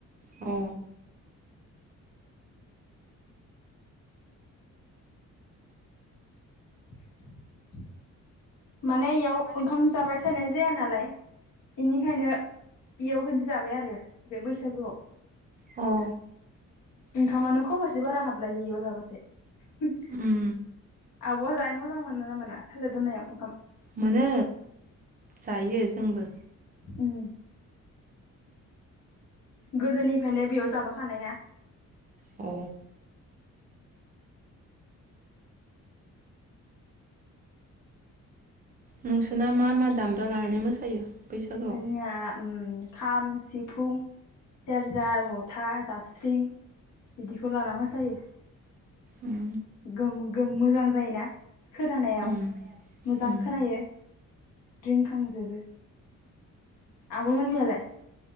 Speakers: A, on the right (about 30°); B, on the left (about 80°).
A: औ
B: <inaudible> माने इयाव ओंखाम जाबाय फोसनाय जाया नालाय बेनिखायनो बेयाव खोनसे जाबाय आरो बे बैसागुआव
A: औ
B: ओंखामानो खबसे बारा हाबलायो इयाव जाबाथाय
A: उम
B: आबआ जा मोजां मोनो ना मोना थालिर दनायाव ओंखाम
A: मोनो जायो जोंबो
B: उम गोदोनिफ्रायनो बेयाव जाबोखानाय ना
A: औ नोंसोरना मा मा दामग्रा लानानै मोसायो बैसागुआव
B: जोंनिया उम खाम, सिफुं, सेरजा, जथा, जाबस्रिं बिदिखौ लाना मोसायो‌।
A: उम
B: गोम गोम मोजां जायोना खोनानायाव
A: उम
B: मोजां
A: उम
B: खोनायो। रिंखांजोबो आब' मोननियालाय?